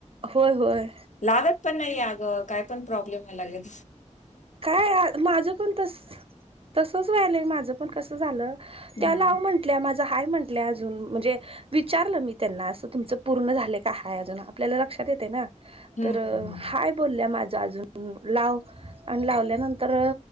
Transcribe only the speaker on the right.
होय होय
काय माझ पण तसच व्हायलय माझ पण कसं झालं
त्याला म्हटलं मा आहे म्हट अजून म्हणजे विचारलं मी त्यांना असं तुमच पूर्ण झाले का हय अजून आपल्याला लक्षात येते ना
तर
हाय बोलल्या माझ्या जून लाव आणि लावल्यानंतर